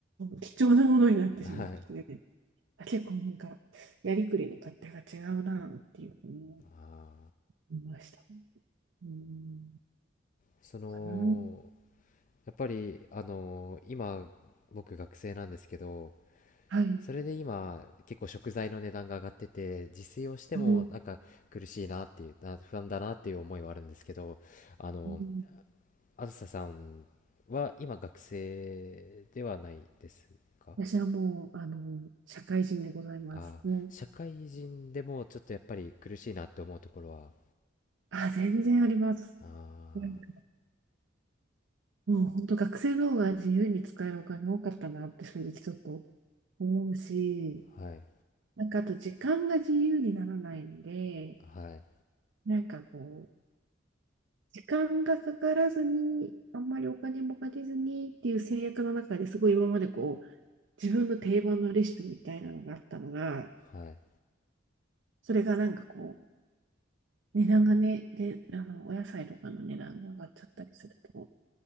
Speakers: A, on the right (about 70°); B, on the left (about 40°).
A: 貴重なものになってしまって、
B: なはい
A: あ結構なんか、やりくりの勝手が違うなっていうふうに
B: ああ
A: 思いました。うん、
B: その
A: かな。
B: やっぱりあのー今僕学生なんですけど
A: はい。
B: それで今結構食材の値段が上がってて自炊をしてもなんか苦しいなっていうな不安だなっていう思いはあるんですけどあの
A: うん、うん
B: あずささんは今学生ではないですか
A: 私はもう、あの、社会人でございます。
B: あー社会人でもちょっとやっぱり苦しいなって思うところは、
A: もう、あ、全然あります。
B: あ
A: なんかもう本当学生の方が自由に使えるお金多かったなって正直ちょっと思うし、
B: あ、はい、
A: なんかあと時間が自由にならないので、
B: はい、
A: なんかこう、時間がかからずに、あんまりお金もかけずにっていう制約の中ですごい今までこう、自分の定番のレシピみたいなのがあったのが、
B: はい。
A: それがなんかこう、値段がね、で、あの、お野菜とかの値段が上がっちゃったりすると、